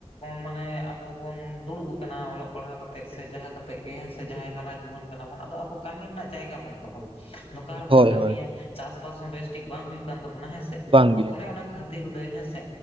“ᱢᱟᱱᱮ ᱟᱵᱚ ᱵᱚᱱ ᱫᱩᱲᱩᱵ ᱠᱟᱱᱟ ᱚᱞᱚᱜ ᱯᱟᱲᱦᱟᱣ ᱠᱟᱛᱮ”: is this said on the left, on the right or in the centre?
Left